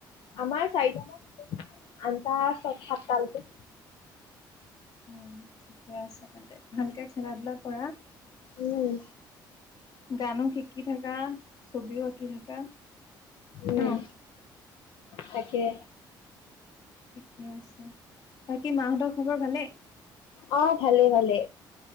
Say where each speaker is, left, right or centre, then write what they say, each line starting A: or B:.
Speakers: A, on the left; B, on the left.
A: আমাৰ চাৰিটামান আছে, আনটাৰ সাতটালৈকে।
B: উম, ঠিকে আছে তেন্তে। ভালকে খেলা-ধূলা কৰা।
A: উম।
B: গানো শিকি থাকা, ছবিও আঁকি থাকা।
A: উম,
B: ন
A: তাকে।
B: ঠিকে আছে, বাকী মাহঁতৰ খবৰ ভালেই?
A: অ' ভালে ভালে,